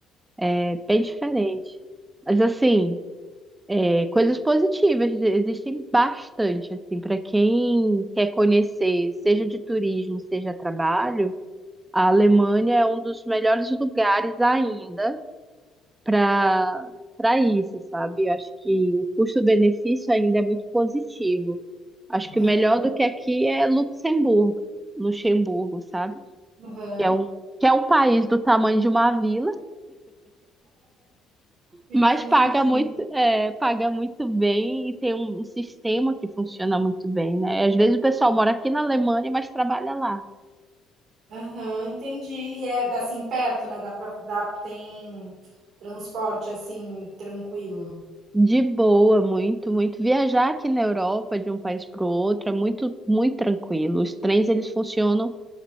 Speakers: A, on the right; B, on the right.
A: É bem diferente. Mas assim, É, coisas positivas existem bastante, assim, para quem quer conhecer, seja de turismo, seja trabalho, a Alemanha é um dos melhores lugares ainda para para isso, sabe? Eu acho que o custo-benefício ainda é muito positivo. Acho que o
B: Aham,
A: melhor do que aqui é Luxemburgo, Luxemburgo, sabe?
B: aham.
A: Que é um, que é um país do tamanho de uma vila
B: Pequenininho.
A: Mas paga muito, é, paga muito bem e tem um, um sistema que funciona muito bem, né? Às vezes o pessoal mora aqui na Alemanha, mas trabalha lá.
B: Aham, entendi. E é assim perto, né, dá pra dá tem transporte assim tranquilo.
A: De boa, muito, muito. Viajar aqui na Europa de um país para o outro é muito, muito tranquilo. Os trens, eles funcionam